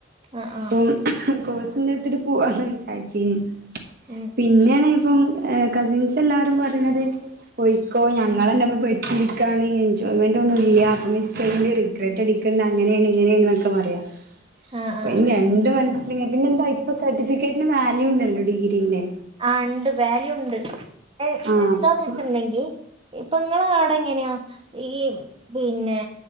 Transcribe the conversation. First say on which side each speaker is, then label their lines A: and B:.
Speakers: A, on the right (about 30°); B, on the right (about 55°).
A: ആ ആ
B: അപ്പം കോഴ്സെന്തേട്ത്തിട്ട് പോവാന്ന് വിചാരിച്ചീനി
A: ഉം
B: പിന്നേണ്
A: ഉം
B: ഇപ്പം ഏഹ് കസിൻസെല്ലാരും പറയ്ണത് പോയ്ക്കോ ഞങ്ങളന്നിപ്പ പെട്ടിരിക്കാണ് എൻജോയ്മെൻ്റൊന്നുംല്ല്യ അപ്പ മിസ്സയ്യെണ്ടി വരും റിഗ്രറ്റടിക്കണ്ട അങ്ങനേണ് ഇങ്ങനേണ്ന്നൊക്കെ പറയ
A: ആ ആ
B: അപ്പിനി
A: ആ
B: രണ്ട് മനസ്സില് ഇങ്ങനെ പിന്നെന്താ ഇപ്പൊ സർട്ടിഫിക്കറ്റിന് വാല്യൂണ്ടല്ലോ ഡിഗ്രീന്റെ
A: ആഹ് ഇണ്ട് വാല്യു ഇണ്ട് എഹ്
B: ആഹ്
A: എത്താന്ന്
B: അപ്പൊ
A: വെച്ച്ണ്ടെങ്കി ഇപ്പങ്ങളാടെങ്ങനെയാ ഈ പിന്നെ